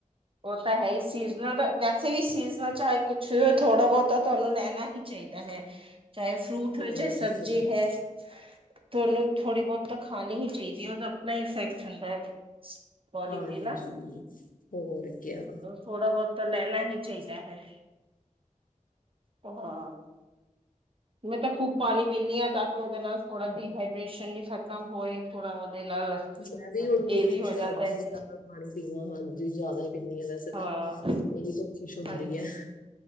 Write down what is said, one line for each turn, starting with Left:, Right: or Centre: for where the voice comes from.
Right: ਹੋ ਤਾਂ ਹੈ ਸੀਜ਼ਨਲ ਵੈਸੇ ਵੀ ਸੀਜ਼ਨਲ ਚਾਹੇ ਕੁਛ ਥੋੜਾ ਬਹੁਤ ਤਾਂ ਤੁਹਾਨੂੰ ਲੈਣਾ ਹੀ ਚਾਹੀਦਾ ਹੈ ਚਾਹੇ ਫਰੂਟ ਹੋ
Left: ਹੋਰ
Right: ਚਾਹੇ ਸਬਜ਼ੀ
Left: ਕਿਆ
Right: ਹੈ। ਤੁ ਉਹਨੂੰ ਥੋੜ੍ਹੀ ਬਹੁਤ ਤਾਂ ਖਾਣੀ ਹੀ ਚਾਹੀਦੀ ਹੈ ਉਹਦਾ ਆਪਣਾ ਹੀ ਇਫੈਕਟ ਹੁੰਦਾ ਹੈ। ਬੋਡੀ
Left: ਹਾਂਜੀ
Right: ਤੇ ਨਾ
Left: ਹੋਰ। ਕਿਆ
Right: ਥੋੜਾ ਬਹੁਤ ਤਾਂ ਲੈਣਾ ਹੀ ਚਾਹੀਦਾ ਹੈ। ਹਾਂ। ਮੈਂ ਤਾਂ ਖੂਬ ਪਾਣੀ ਪੀਂਦੀ ਹਾਂ ਤਾਂ ਕਿ ਉਹਦੇ ਨਾਲ ਥੋੜਾ ਡੀਹਾਈਡ੍ਰੇਸ਼ਨ ਲਈ ਖਤਮ ਹੋਏ ਥੋੜਾ ਉਹਦੇ ਨਾਲ
Left: ਮੈਂ ਵੀ ਹੁਣ
Right: ਇਹ
Left: ਕੋਸ਼ਿਸ਼
Right: ਵੀ ਹੋ
Left: ਕਰਦੀ
Right: ਜਾਂਦਾ
Left: ਹਾਂ
Right: ਕਿ
Left: ਵੀ ਜ਼ਿਆਦਾ ਪਾਣੀ ਪੀਵਾਂ ਹਾਂਜੀ ਜ਼ਿਆਦਾ ਪੀਨੀ ਹ ਵੈਸੇ ਤਾਂ
Right: ਹਾਂ
Left: ਇਹੀ ਕੋਸ਼ਿਸ਼ ਹੁੰਦੀ
Right: ਹਾਂਜੀ।
Left: ਹੈ।